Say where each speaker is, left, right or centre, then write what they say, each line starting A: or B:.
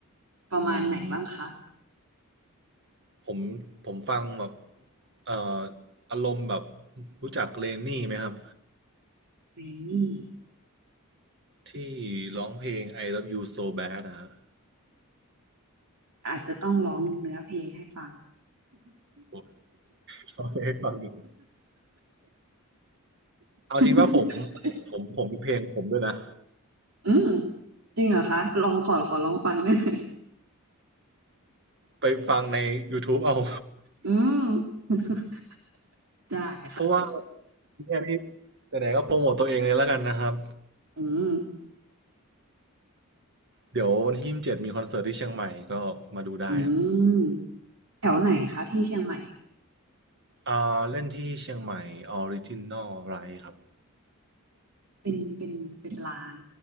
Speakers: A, on the right; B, on the right.
A: ประมาณไหนบ้างคะ
B: อืม ผมผมฟังแบบเอ่ออารมณ์แบบรู้จักเลนนี่ไหมครับ
A: เรนนี่
B: ที่ร้องเพลง I Love You So Bad นะฮะ
A: อาจจะต้องร้องเนื้อเพลงให้ฟัง
B: ผมชอบเพลงฟังนี้เอาจริงว่าผม
A: <laughs>
B: ผมผมมีเพลงผมด้วยนะ
A: อืมจริงเหรอคะลองขอขอลองฟังได้ไหม
B: ไปฟังใน YouTube เอา <laughs>
A: อืม <laughs> ได้ค่ะ
B: เพราะว่าเนี่ยนี่ไหนๆก็โปรโมทตัวเองเลยแล้วกันนะครับ
A: <laughs> อืม
B: เดี๋ยววันที่ยี่สิบเจ็ดมีคอนเสิร์ตที่เชียงใหม่ก็มาดูได้ครับ
A: <laughs> อืมแถวไหนคะที่เชียงใหม่
B: อ่าเล่นที่เชียงใหม่ออริจินอลไรครับ
A: เป็นเป็นเป็นร้าน